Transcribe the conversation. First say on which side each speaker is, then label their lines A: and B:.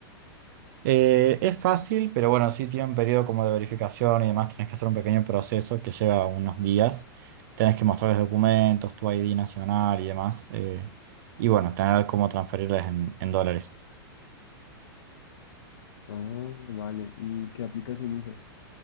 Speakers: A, on the right; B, on the left.
A: Eh, es fácil, pero bueno, sí tiene un periodo como de verificación y demás, tenés que hacer un pequeño proceso que lleva unos días. Tenés que mostrarles documentos, tu ID nacional y demás. eh, y bueno, tener cómo transferirles en, en dólares.
B: Oh, vale. ¿Y qué aplicación usas?